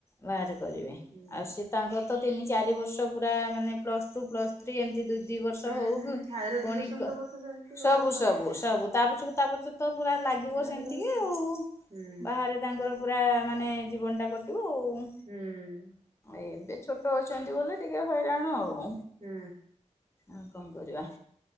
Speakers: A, on the left; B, on the right.
A: ବାହାରେ କରିବେ
B: ହୁଁ
A: ଆଉ ସେତାଙ୍କରତ ତିନି ଚାରି ବର୍ଷ ପୁରା ମାନେ ପ୍ଲସ୍ ଟୁ ପ୍ଲସ୍ ୍ରୀ ଏମତି ଦି ଦି ବର୍ଷ
B: ହୁଁ
A: ହଉକି
B: ହୁଁ ହାୟର ଏଜୁକେସନ
A: ପୁଣି କ
B: ତ ବୋଧେ ସେମିତି
A: ସବୁ
B: ବାହାରକୁ ବାହାରୁଥିବ
A: ସବୁ ସବୁ। ତା ପଛକୁ ତାପଛ ତପୁରା ଲାଗିବ
B: ଲାଗି
A: ସେମିତିକି
B: ରହିବ
A: ଆଉ
B: ହୁଁ
A: ବାହାରେ ତାଙ୍କର ପୁରା ମାନେ ଜୀବନଟା କଟିବ ଆଉ।
B: ହୁଁ।
A: ଏବେ ଛୋଟ ଅଛନ୍ତି ବୋଲି ଟିକେ ହଇରାଣ ଆଉ।
B: ହୁଁ।
A: ଆଉ କଣ କରିବା।